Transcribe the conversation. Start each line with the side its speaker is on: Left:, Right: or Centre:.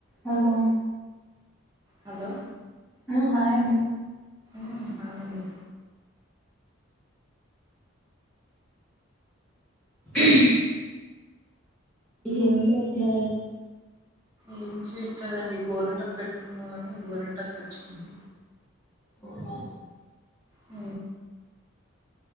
Centre: హలో
Right: హలో
Centre: ఊ హాయ్ అండీ
Right: ఊ హాయ్ అండీ
Centre: ఇంక ఏం చేతున్నరండి
Right: ఏం చేయట్లేదండి గోరింటాకు పెట్టుకుందాం అని గోరింటాకు తెచ్చుకున్నా
Centre: హోమా
Right: ఊ